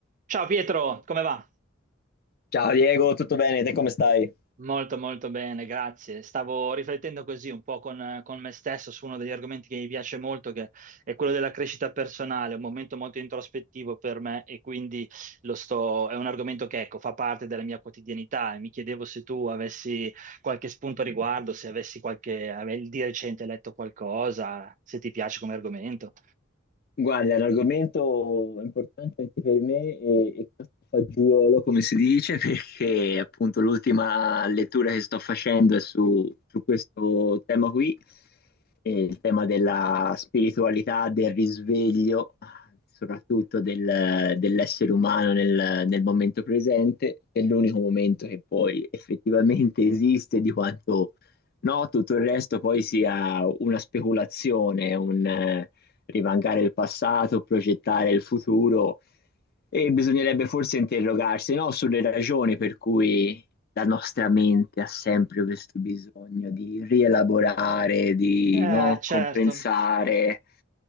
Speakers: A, on the right (about 40°); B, on the left (about 50°).
A: Ciao Pietro, come va?
B: Ciao Diego, tutto bene? Te come stai?
A: Molto molto bene, grazie. Stavo riflettendo così un po' con, con me stesso su uno degli argomenti che mi piace molto, che è quello della crescita personale, un momento molto introspettivo per me e quindi lo sto, è un argomento che ecco, fa parte della mia quotidianità e mi chiedevo se tu avessi qualche spunto a riguardo, se avessi qualche, avevi di recente letto qualcosa, se ti piace come argomento.
B: Guarda, è un argomento importante anche per me e, e questo fagiolo, come si dice, <laughs> perché appunto l'ultima lettura che sto facendo è su, su questo tema qui, eh, il tema della spiritualità, del risveglio, soprattutto del- dell'essere umano nel, nel momento presente, che è l'unico momento che poi effettivamente esiste di quanto no, tutto il resto poi sia una speculazione, un... eh, rivancare il passato, progettare il futuro e bisognerebbe forse interrogarsi, no, sulle ragioni per cui la nostra mente ha sempre questo bisogno di rielaborare, di,
A: Eh,
B: no,
A: certo,
B: compensare.